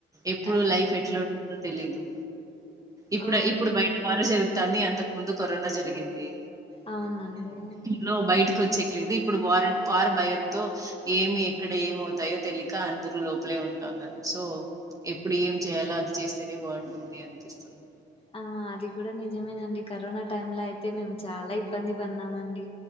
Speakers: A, on the right (about 15°); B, on the left (about 30°).
A: ఎప్పుడు
B: ఆ
A: లైఫ్ ఎట్లా తెలిదు ఇప్పుడ
B: ఓ
A: ఇప్పుడు బయట వారుస తనీ అంతకు ముందు కరోనా జరిగింది
B: అవునండి
A: లో బయటకు వచ్చేకియలేదు ఇప్పుడు వార వారు భయంతో ఏమి ఎక్కడ ఏమవుతాయో తెలియక అందరూ లోపలే ఉంటన ఉన్నారు సో ఎప్పుడే చేయాలో అది చేస్తేనే బాగుంటుంది అనిపిస్తుంది
B: ఆ అది కూడా నిజమేనండి కరోనా టైమ్ లో అయితే మేము చాలా ఇబ్బంది పడిన్నామ అండి